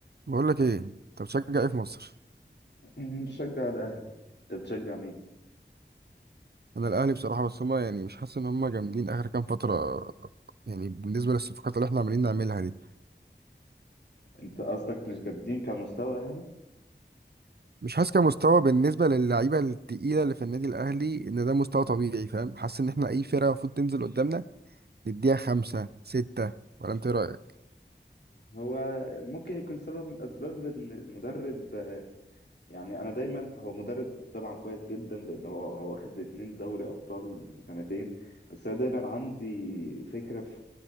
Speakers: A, on the right; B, on the left.
A: بقول لك ايه انت بتشجع ايه في مصر
B: بشجع الأهلي أنت بتشجع مين؟
A: انا الاهلي بصراحه بس هما يعني مش حاسس ان هما جامدين اخر كام فتره يعني بالنسبه للصفقات اللي احنا عمالين نعملها دي
B: أنت قصدك مش جامدين كمستوى يعني؟
A: مش حاسس كمستوى بالنسبه للعيبه التقيله اللي في النادي الاهلي ان ده مستوى طبيعي فاهم حاسس ان احنا اي فرقه المفروض تنزل قدامنا نديها خمسة ستة ولا انت إيه رايك
B: هو ممكن يكون سبب من أسباب إن المدرب آه، يعني أنا دايما هو مدرب طبعا كويس جدا لأن هو هو واخد اتنين دوري أبطال في سنتين بس أنا دايما عندي فكرة في